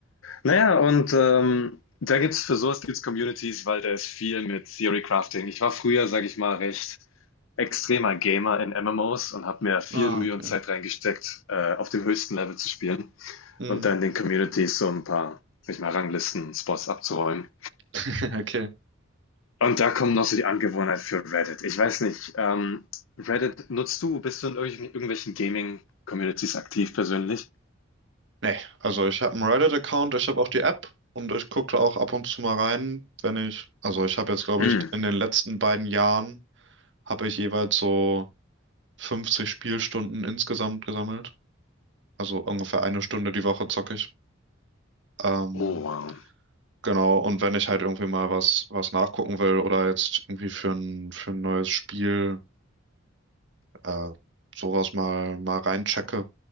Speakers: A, on the left; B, on the right.
A: Naja, und ähm, da gibt's für sowas gibt's Communities, weil da ist viel mit Theory Crafting. Ich war früher, sage ich mal, recht extremer Gamer in MMOs und habe mir viel
B: Ah,
A: Mühe
B: okay.
A: und Zeit reingesteckt, äh, auf dem höchsten Level zu spielen
B: Hm,
A: und dann in den Communities so ein paar, sag ich mal, Ranglisten, Spots abzuräumen.
B: <laughs> okay.
A: Und da kommt noch so die Angewohnheit für Reddit. Ich weiß nicht, ähm, Reddit nutzt du? Bist du in irgendwelchen, irgendwelchen Gaming-Communities aktiv persönlich?
B: Nee, also ich habe einen Reddit-Account, ich habe auch die App und ich gucke auch ab und zu mal rein, wenn ich, also ich habe jetzt, glaube
A: Hm.
B: ich, in den letzten beiden Jahren habe ich jeweils so 50 Spielstunden insgesamt gesammelt. Also ungefähr eine Stunde die Woche zocke ich. Ähm,
A: Oh, wow.
B: genau, und wenn ich halt irgendwie mal was, was nachgucken will oder jetzt irgendwie für ein, für ein neues Spiel äh, sowas mal, mal reinchecke.